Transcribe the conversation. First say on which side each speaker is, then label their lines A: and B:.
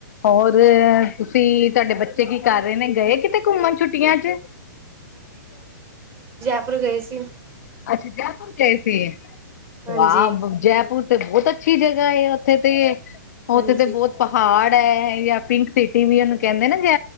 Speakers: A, on the left; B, on the right.
A: ਔਰ ਤੁਸੀਂ ਤੁਹਾਡੇ ਬਚ ਬੱਚੇ ਕੀ ਕਰ ਰਹੇ ਨੇ? ਗਏ ਕਿਤੇ ਘੁੰਮਣ ਛੁੱਟੀਆਂ ਚ?
B: ਓਪਰ ਗਏ ਸੀ
A: ਅੱਛਾ, ਜੈਪੁਰ ਗਏ ਸੀ?
B: ਹਾਂਜੀ
A: ਵਾਹ ਬ ਜੈਪੁਰ ਤੇ ਬਹੁਤ ਅੱਛੀ ਜਗ੍ਹਾ ਔਥੇ ਤੇ ਔਥੇ
B: ਹਾਂਜੀ
A: ਤੇ ਬਹੁਤ ਪਹਾੜ ਏ ਜਾਂ ਪਿੰਕ ਸਿਟੀ ਵੀ ਔਨੂੰ ਕਹਿੰਦੇ ਨੇ ਜੇ